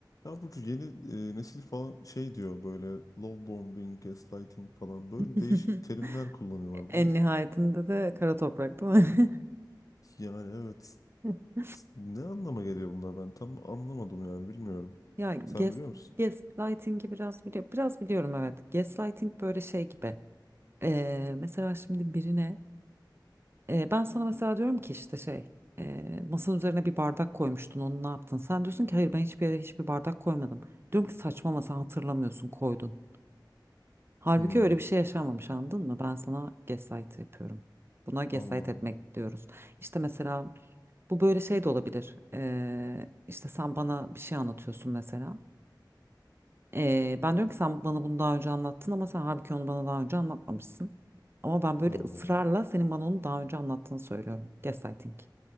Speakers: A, on the left; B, on the right.
A: Ya Burcu yeni e, nesil falan şey diyor böyle love bombing, gaslighting falan böyle
B: <laughs>
A: değişik terimler kullanıyorlar. Bu
B: En nihayetinde de kara toprak değil mi?
A: yani evet
B: <laughs>
A: t- ne anlama geliyor bunlar ben tam anlamadım yani bilmiyorum.
B: Ya gas,
A: Sen biliyor musun?
B: gaslighting'i biraz biliyorum. Biraz biliyorum evet. Gaslighting böyle şey gibi. Ee, mesela şimdi birine e, ben sana mesela diyorum ki işte şey e, masanın üzerine bir bardak koymuştun onu ne yaptın? Sen diyorsun ki hayır ben hiçbir yere hiçbir bardak koymadım. Diyorum ki saçma ama sen hatırlamıyorsun koydun. Halbuki
A: Hmm.
B: öyle bir şey yaşanmamış anladın mı? Ben sana gaslight yapıyorum. Buna gaslight
A: Allah
B: etmek
A: Allah.
B: diyoruz. İşte mesela Bu böyle şey de olabilir. Ee, işte sen bana bir şey anlatıyorsun mesela. Ee, ben diyorum ki sen bana bunu daha önce anlattın ama sen halbuki onu bana daha önce anlatmamışsın. Ama ben böyle
A: Allah
B: ısrarla
A: Allah.
B: senin bana onu daha önce anlattığını söylüyorum. Gaslighting.